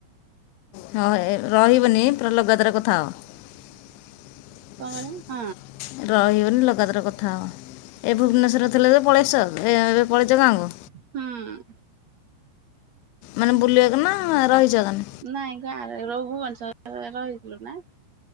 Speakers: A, on the left (about 90°); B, on the right (about 50°).
A: ହଁ ରହିବନି ପୁରା ଲଗାତାର କଥା ଆ ରହିବ।
B: କହିଲ ହଁ
A: ଏଥର ଲଗାତାର କଥା ହେବା ଏ ଭୁବନେଶ୍ୱର ଥିଲେ ଯେ ପଳେଈ ଆସିଛ। ଏ ଏବେ ପଳେଇଚ ଗାଁକୁ
B: ହୁଁ।
A: ମାନେ ବୁଲିବାକୁ ନା ରହିଛ। ଗାଁରେ
B: ନାଇଁ ଗାଁରେ ରଘୁବଂଶ ରହିଥିଲୁ ନା।